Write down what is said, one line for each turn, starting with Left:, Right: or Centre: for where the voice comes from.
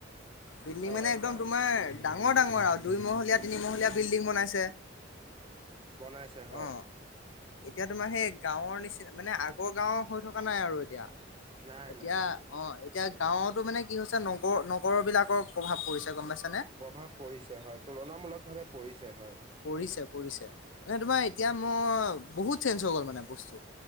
Left: বিল্ডিং
Right: হয়
Left: মানে একদম
Right: হয়
Left: তোমাৰ ডাঙৰ, ডাঙৰ আৰু দুইমহলীয়া, তিনিমহলীয়া বিল্ডিং বনাইছে।
Right: বনাইছে হয়
Left: অ এতিয়া তোমাৰ সেই গাঁৱৰ নিচিনা মানে আগৰ গাঁওৰ হৈ থকা নাই আৰু এতিয়া
Right: নাই
Left: এতিয়া
Right: নাই নাই
Left: অ এতিয়া গাঁৱতো মানে কি হৈছে নগৰ নগৰ বিলাক প্ৰভাৱ পৰিছে গম পাইছা।
Right: প্ৰভাৱ পৰিছে হয় তুলনামূলক ভাৱে পৰিছে হয়
Left: পৰিছে পৰিছে মানে তোমাৰ এতিয়া মোৰ বহুত চেঞ্জ হৈ গ'ল মানে বস্তু